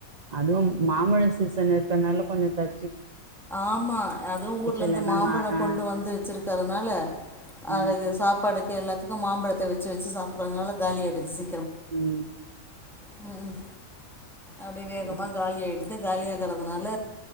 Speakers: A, on the right; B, in the centre.
A: அதுவும் மாம்பழ சீசன் இருக்குறதுனால கொஞ்சம் தப்
B: ஆமா அதுவும் ஊர்ல இருந்து
A: இல்லன்னா
B: மாம்பழ
A: மா ஆ
B: கொண்டு வந்து வச்சிருக்கிறதுனால
A: ஆ
B: அத சாப்பாடு- எல்லாத்துக்கும் மாம்பழத்த வச்சு வச்சு சாப்பிடறதுனால காலி ஆயிடடுது சி
A: உஹம்
B: உம்கும் அப்டியே வேகமா
A: சரி
B: காலி ஆயிடுது இது காலியாகிறதுனால